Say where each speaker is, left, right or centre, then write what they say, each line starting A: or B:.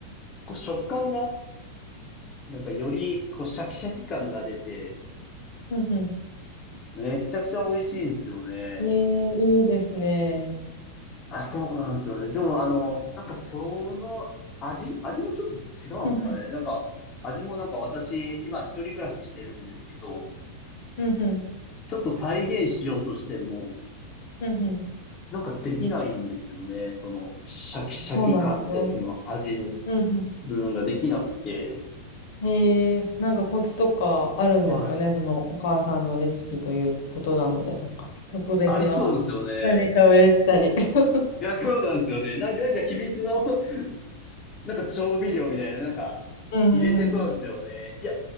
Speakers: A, on the left; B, on the left.
A: こう、食感が、なんかより、こう、シャキシャキ感が出て、
B: うんう
A: めちゃくちゃ美味しいんですよね。
B: ん。ねえ、いいですね。
A: あ、そうなんですよね。でも、あの、なんかその味、味もちょっと違うんですかね。
B: うんうん。
A: なんか、味もなんか私、今一人暮らししてるんですけど、
B: うんうん。
A: ちょっと再現しようとしても、
B: うんう
A: なんかできないんですよね。その、シャキシャキ感とその味の
B: ん。そうなんですね。うんう
A: 部分ができなくて。
B: ん。へえ、なんかコツとかあるんですかねそのお母さんのレシピということなので、
A: はい。
B: なんか特別な
A: ありそうですよね。
B: <laughs> 何かを入れてたり。<laughs>
A: いや、そうなんですよね。なんか、なんか秘密の、<laughs> なんか調味料みたいな、なんか、
B: うんうんうん。
A: 入れてそうですよね。いや、